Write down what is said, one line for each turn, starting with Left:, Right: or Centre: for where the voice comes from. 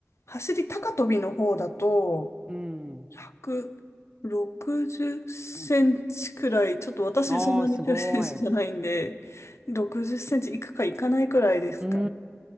Left: 走り高跳びの方だと、
Right: うん。
Left: 160センチくらい、ちょっと私そんなに強い選手じゃないんで、
Right: ああ、すごい。
Left: 60センチいくかいかないくらいですかね。
Right: うん